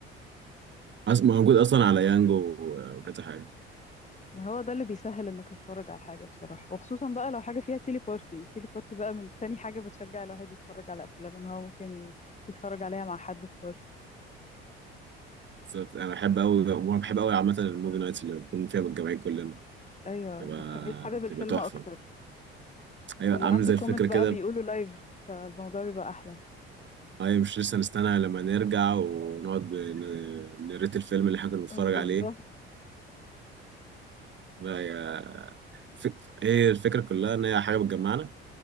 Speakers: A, on the right; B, on the left.
A: أصلا موجود أصلا على يانجو آه، وكذا حاجة
B: ما هو ده اللي بيسهل انك تتفرج على حاجة بصراحة وخصوصا بقى لو حاجة فيها تيلي بارتي تيلي بارتي بقى من تاني حاجة بتشجع الواحد يتفرج على افلام ان هو ممكن ي- يتفرج عليها مع حد في بارتي
A: بالظبط انا بحب قوي وانا بحب قوي عامه الموفي نايتس اللي بنكون فيها متجمعين كلنا
B: ايوه
A: بتبقى
B: بتخليك حابب
A: بتبقى
B: الفيلم
A: تحفه
B: اكتر
A: ايوه
B: واللي
A: عامل
B: عنده
A: زي
B: كومنت
A: الفكره
B: بقى
A: كده
B: بيقوله لايف فالموضوع بيبقى احلى
A: ايوه مش لسه نستنى لما نرجع ونقعد ن- نريت الفيلم اللي احنا كنا بنتفرج
B: بالظبط
A: عليه لا هي فك... هي الفكره كلها ان هي حاجه بتجمعنا